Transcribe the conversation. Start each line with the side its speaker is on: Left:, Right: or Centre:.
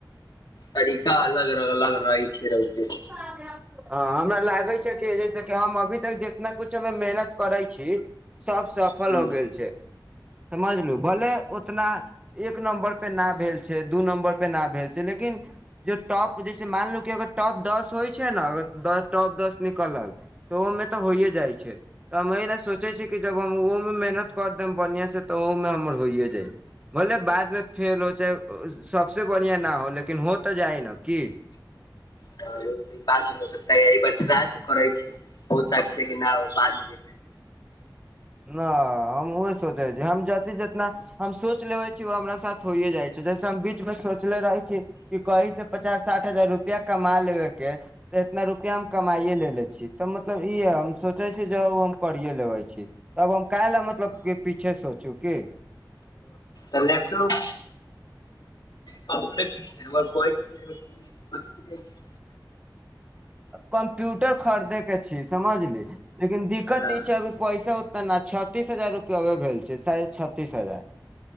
Left: तरीका अलग अलग रहै छै रौके
Right: आ हँ हमरा लागै छै कि जैसे हम अभी तक जितना कुछ हमे मेहनत करै छी सब सफल
Left: हुँ
Right: हो गेल छै समझलु भोले उतना एक नम्बर पे ना भेल छै दू नम्बर पे न भेल छै जेनाकी ज टॉप जैसे मानलो कि अगर टॉप दस होइ छै ने अ टॉप दस निकलल तऽ ओहिमे त होइए जाइ छै त हम एहि ल सोचै छियै कि जब हम ओहोमे मेहनत कर देब बढ़िआँसँ त ओहोमे हमर होइए जाय भलेबादमे फेल हो च सबस बढ़िया ना हो लेकिन हो त जाइ न की
Left: त बातार राय त करै छै बहु त छै नय बाद जे
Right: नहि हम उह सोचै छी हम जितना जितना हम सोच लेबे छी ओ हमरा साथ होइय जाइ छै जैसे हम बीच मे सोचले रहै छी क कही से पचास साठ हजार रुपआ कमा लेबेके तऽ एतना रुपआ हम कमाइए लेे ले छी त मतलब ई य हम सोचै छी जे ओ हम करिये लेबै छी तब हम काल ल मतलब के पीछे सोचू की
Left: आ लैपटॉप कहै कथी किनै छै
Right: कम्प्यूटर खरीदे के छै समझली लेकिन दिक्कत
Left: हँ
Right: ई छै अभी पैसा ओते ने छत्तीस हजार रुपआ भेल छै साढ़े छत्तीस हजार